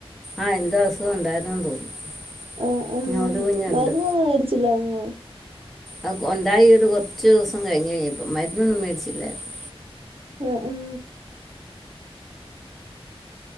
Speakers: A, in the centre; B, on the right.
A: ആഹ് എന്തോ അസുഖം ഉണ്ടായിരുന്നുന്ന് തോന്നുന്നു
B: ആഹ് ആഹ്
A: ഇനി ഒരു കുഞ്ഞുണ്ട്
B: മരുന്നൊന്നും മേടിച്ചില്ലായിരൂന്നോ
A: അ ഉണ്ടായി ഒരു കുറച്ച്ദിവസം കഴിഞ് കഴിഞ്ഞപ്പ മരുന്നൊന്നും മേടിച്ചില്ലായിരുന്നു
B: ഉം ഉം